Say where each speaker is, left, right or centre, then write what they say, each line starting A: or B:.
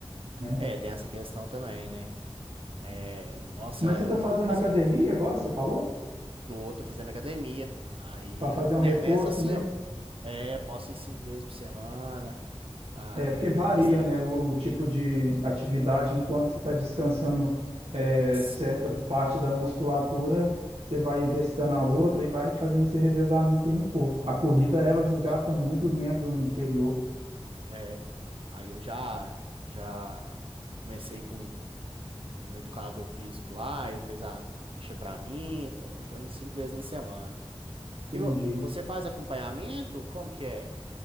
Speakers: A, on the right; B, on the right.
A: né?
B: É, tem essa questão também, né? É, nossa,
A: Mas
B: é.
A: você está fazendo
B: Mas
A: academia agora, você falou?
B: Tô, tô fazendo academia. Aí,
A: Para fazer um
B: ne-
A: reforço,
B: nessa sim,
A: né?
B: eu é, posso ir cinco vezes por semana. Tá,
A: É, porque varia,
B: tá mais tranquilo.
A: né, o, o tipo de atividade. Enquanto você está descansando é,
B: Sim,
A: certa parte da musculatura, você vai exercitando a outra e vai fazendo esse revezamento aí no corpo. A corrida, ela
B: isso.
A: desgasta muito os membros inferior.
B: É, aí eu já, já comecei com um educador físico lá, ele fez a, a ficha pra mim. Tô, tô indo cinco vezes na semana.
A: Entendi.
B: E vo- você faz acompanhamento? Como que é?